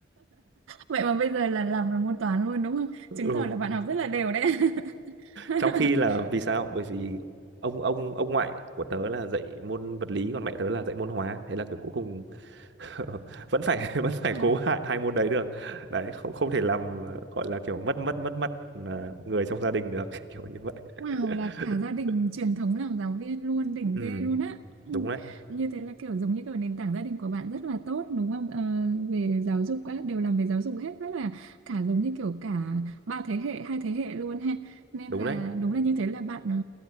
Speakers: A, on the right; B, on the right.
A: vậy mà bây giờ là làm về môn toán luôn đúng không
B: <laughs>
A: chứng
B: ừ.
A: tỏ là bạn học rất là đều đấy <laughs>
B: trong khi là vì sao bởi vì ông ông ông ngoại của tớ là dạy môn vật lý còn mẹ tớ là dạy môn hóa thế là kiểu cuối cùng <laughs> vẫn phải <laughs> vẫn phải
A: Wow.
B: cố hai, hai môn đấy được đấy không không thể làm ờ, gọi là kiểu mất mất mất mất ờ, người trong gia đình được <laughs> kiểu như vậy
A: Wow
B: <laughs>
A: là cả gia đình truyền thống làm giáo viên luôn đỉnh
B: ừ
A: ghê luôn á Ừ,
B: đúng đấy
A: như thế là kiểu giống như kiểu nền tảng gia đình của bạn rất là tốt đúng không Ờ, về giáo dục các đều làm về giáo dục hết rất là cả giống như kiểu cả ba thế hệ hai thế hệ luôn ha nên
B: đúng
A: là
B: đấy
A: đúng là như thế là bạn ờ,